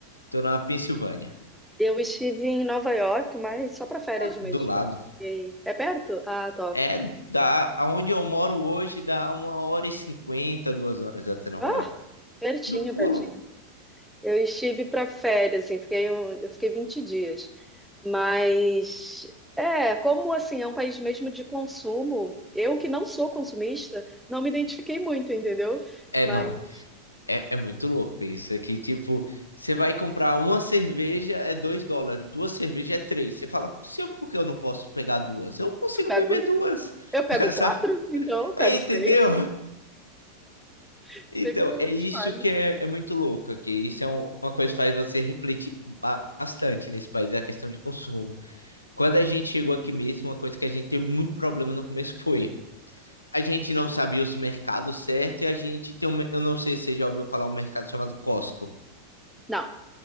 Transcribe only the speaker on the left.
Tô na Pensilvânia,
né,
do lado.
É da aonde eu moro hoje, dá uma hora e cinquenta, duas horas até Nova
York.
Do pulo.
É,
não, É, é muito louco isso aqui. Tipo, você vai comprar uma cerveja é 2 dólares, duas cervejas é 3. Você fala, se eu, por que eu não posso pegar duas? Eu consigo
beber duas.
<laughs>
Sabe?
É, entendeu?
Então,
é isso
que é, é muito louco aqui. Isso é um- uma coisa que faz você refletir ba- bastante nesse país, é a questão de consumo. Quando a gente chegou aqui mesmo, uma coisa que a gente teve muito problema no começo foi. A gente não sabia os mercados certos e a gente tem um. Eu não sei se você já ouviu falar um mercado chamado Costco.